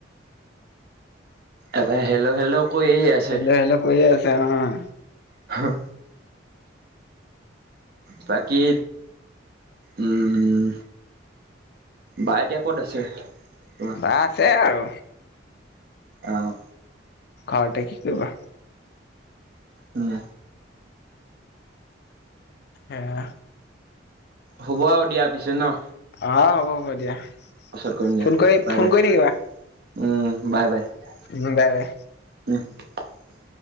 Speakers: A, on the right (about 50°); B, on the left (about 55°).
A: এটাই হেল্ল' হেল্ল' কৈ আছে
B: হেল্ল' হেল্ল' কৈয়ে আছে অঁ'।
A: হহ বাকী, উম্ বাই এতিয়া ক'ত আছে? তোমাৰ
B: বা আছে আৰু।
A: অহ।
B: ঘৰতে কি কৰিবা।
A: উম।
B: হেইয়া।
A: হ'ব আৰু দিয়া পিছে ন।
B: অ' হ'ব হ'ব দিয়া।
A: পাছত কৰিম
B: ফোন কৰি
A: দিয়া
B: ফোন কৰি থাকিবা
A: বাই, বাই উম বাই,
B: বাৰে বাৰে।
A: বাই। উহ।